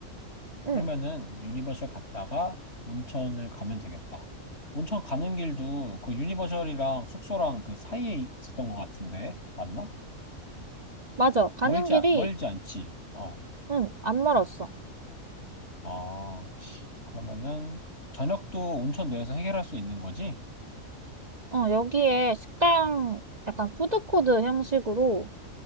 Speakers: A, on the left (about 50°); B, on the right (about 30°).
A: 그러면은
B: 응.
A: 유니버셜 갔다가 온천을 가면 되겠다. 온천 가는 길도 그 유니버셜이랑 숙소랑 그 사이에 있었던 것 같은데, 맞나?
B: 맞아. 가는
A: 멀지,
B: 길이
A: 않- 멀지 않지. 어,
B: 응, 안 멀었어.
A: 아, 그러면은 저녁도 온천 내에서 해결할 수 있는 거지?
B: 어, 여기에 식당, 약간 푸드코드 형식으로